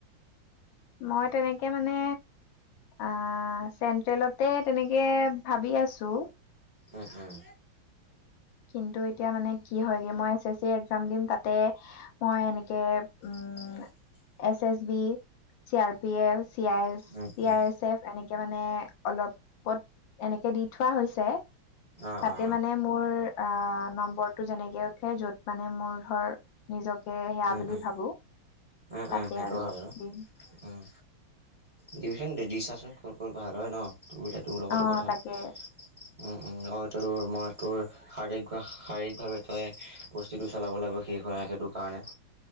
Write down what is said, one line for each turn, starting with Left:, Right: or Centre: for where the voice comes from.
Left: মই তেনেকে মানে আহ, চেন্ট্ৰেলতে তেনেকে ভাবি আছো।
Right: উম -উম।
Left: কিন্তু এতিয়া মানে কি হয়গে মই এ চে চ চি একজাম দিম তাতে মই এনেকে উম
Right: <inaudible>
Left: S S B, C R P F, C
Right: উম
Left: চি
Right: উম
Left: আই এছ এফ এনেকে মানে মানে অলপত এনেকে দি থোৱা হৈছে
Right: অ
Left: তাতে
Right: অ
Left: মানে মোৰ আহ, নম্বৰটো যেনেকে উঠে য'ত মানে মোৰ ধৰ নিজক জকে সেয়া
Right: উম
Left: বুলি
Right: উম
Left: ভাবো
Right: উম-
Left: তাতে
Right: উম সেইটো
Left: আৰু
Right: হয় বাৰু
Left: দিম
Right: উম। দিবিচোন দি চাচোন ক' ত -ক'ত ভাল হয় ন‌‌? তোৰ এতিয়া তোৰ লগতো
Left: অ
Right: কথা
Left: তাকে
Right: উম - উম আৰু তোৰ মই তোৰ শাৰীৰিক বা শাৰীৰিকভাৱে তই বস্তুটো চলাবলৈ শেষ হয় ৰা সেইটো কাৰণে